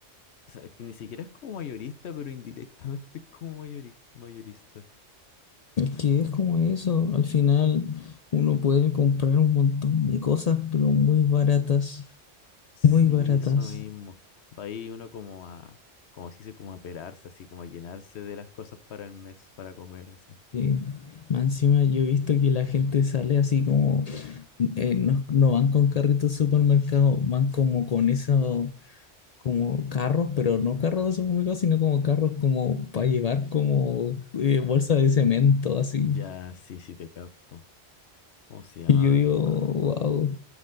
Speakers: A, on the left; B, on the left.
A: O sea, es que ni siquiera es como mayorista, pero indirectamente <laughs> es como mayori- mayorista.
B: Es que es como eso, al final uno puede comprar un montón de cosas, pero muy baratas,
A: Sí,
B: muy baratas.
A: eso mismo. Va ahí uno como a, como si se dice, como a perarse, así como a llenarse de las cosas para el mes, para comer, así.
B: Sí. Más encima yo he visto que la gente sale así como, eh, no, no van con carritos de supermercado, van como con esos, como carros, pero no carros de supermercado, sino como carros como para llevar como eh, bolsa de cemento, así.
A: Ya, sí, sí, te capto. ¿Cómo se llamaban?
B: Y yo digo,
A: Bueno, no.
B: wow,
A: ya.